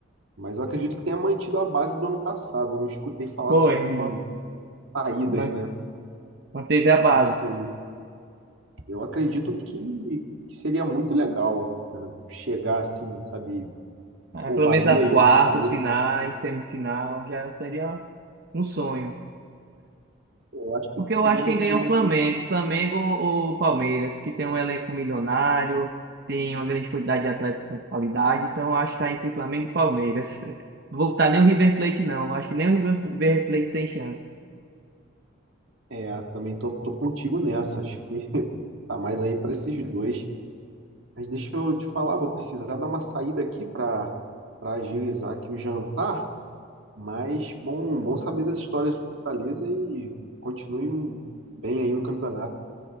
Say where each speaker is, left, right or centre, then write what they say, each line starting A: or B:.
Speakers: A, on the right; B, on the right.
A: Mas eu acredito que tenha mantido a base do ano passado. Eu não escutei falar
B: Foi,
A: sobre
B: ma-
A: saídas,
B: ma-
A: né?
B: manteve a base.
A: Então, assim, eu acredito que, que seria muito legal, cara, chegar assim, sabe,
B: Ah,
A: o
B: Pelo
A: Bahia
B: menos as
A: e
B: quartas,
A: o Fortaleza.
B: finais, semifinal, já seria um sonho.
A: Eu acho que
B: Porque eu
A: seria
B: acho
A: uma,
B: que quem ganha
A: uma...
B: é o Flamengo, Flamengo ou ou Palmeiras, que tem um elenco milionário, tem uma grande quantidade de atletas com qualidade, então eu acho que está entre Flamengo e Palmeiras. <laughs> Voltar nem o River Plate, não. Eu Acho que nem o River River Plate tem chance.
A: É, também tô, tô contigo nessa. Acho que <laughs> tá mais aí para esses dois. Mas deixa eu te falar, vou precisar dar uma saída aqui para para agilizar aqui o jantar. Mas bom, bom saber das histórias do Fortaleza e continue bem aí no campeonato.